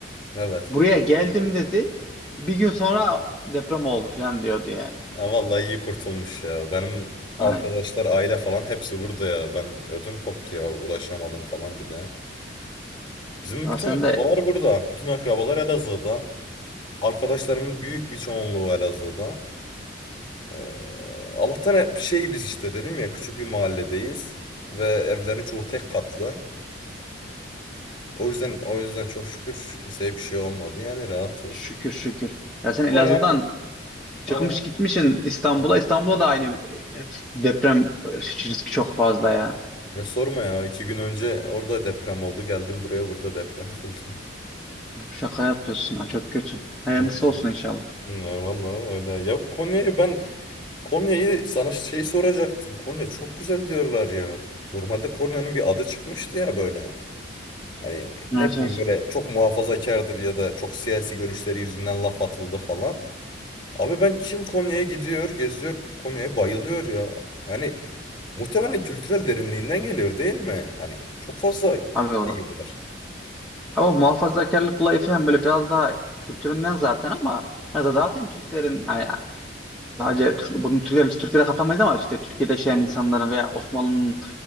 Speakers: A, on the left; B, in the centre.
A: Evet.
B: buraya geldim dedi. Bir gün sonra deprem oldu falan diyordu yani.
A: Ha, vallahi iyi kurtulmuş ya benim
B: Hani
A: arkadaşlar aile falan hepsi burada ya ben ödüm koptu ya ulaşamadım falan bir de. Bizim
B: ya
A: bütün
B: sen
A: akrabalar
B: de
A: burada bütün akrabalar Elazığ'da arkadaşlarımın büyük bir çoğunluğu Elazığ'da. Ee, Allah'tan e- şey biz işte dedim ya küçük bir mahalledeyiz ve evlerin çoğu tek katlı. O yüzden o yüzden çok şükür kimseye bir şey olmadı. Yani rahatız.
B: şükür şükür. Ya sen Elazığ'dan
A: Ama yani
B: çıkmış
A: ama
B: gitmişsin İstanbul'a.
A: yani-
B: İstanbul'da da aynı e, e, deprem riski çok fazla ya.
A: ya sorma ya iki gün önce orada deprem oldu geldim buraya burada deprem <laughs> oldu.
B: Şaka yapıyorsun ya çok kötü. Hayırlısı
A: Hı,
B: olsun inşallah.
A: hı, Vallahi öyle. Ya Konya'yı ben Konya'yı sana şey soracaktım. Konya çok güzel diyorlar ya. Normalde Konya'nın bir adı çıkmıştı ya böyle. Hani ne
B: Evet
A: bileyim
B: evet.
A: böyle çok muhafazakardır ya da çok siyasi görüşleri yüzünden laf atıldı falan. Abi ben kim Konya'ya gidiyor, geziyor, Konya'ya bayılıyor ya. Hani muhtemelen kültürel derinliğinden geliyor değil mi? Hani çok fazla
B: Abi
A: şey var.
B: Ama muhafazakarlık olayı falan böyle biraz daha kültüründen zaten ama ya da zaten Türklerin yani sadece Türk, bunu Türklerin Türklere katamayız ama işte Türkiye'de yaşayan insanların veya Osmanlı'nın